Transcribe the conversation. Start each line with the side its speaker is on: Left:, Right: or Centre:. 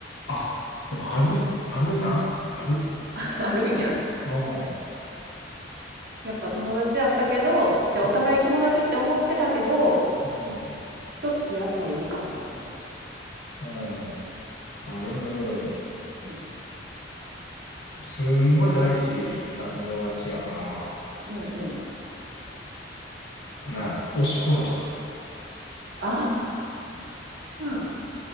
Left: あ、でもある、あるな。ある。
Right: <laughs> あるんや。
Left: うん。
Right: やっぱ友達やったけど、で、お互い友達って思ってたけど、
Left: うん。うん。
Right: ちょっとやっぱいいかも、みたい
Left: うんあ、でも、
Right: うん。
Left: すんごい大事な友達やから、
Right: な。うんうん。
Left: なる。押し殺した。
Right: ああ、